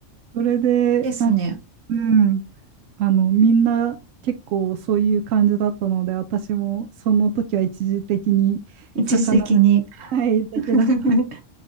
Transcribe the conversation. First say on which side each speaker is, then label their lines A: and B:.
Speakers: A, on the right; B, on the right.
A: それで、
B: ですね。
A: なんか、うん、あの、みんな結構そういう感じだったので、私もその時は一時的に魚だ、
B: 一時的に。
A: はい、だけだった
B: <laughs>